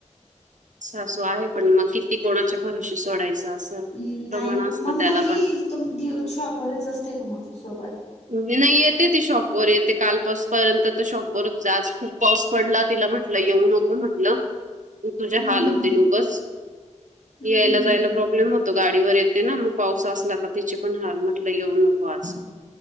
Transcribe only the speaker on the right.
सासू आहे पण मग किती कोणाच्या भरोशी सोडायच असं.
प्रमाण असतं
त्याला
पण.
नाही येते ती शॉपवर येते काल पासपर्यंत तर शॉपवरच. आज खूप पाऊस पडला तिला म्हट तिला येऊ नको म्हटलं. तुझे
हाल
होतील
उगच,
यायला
जायला
प्रॉब्लेम हो तो गाडीवर येते ना पाऊस असला तर तिचे पण हाल, म्हटलं येऊ नको आज.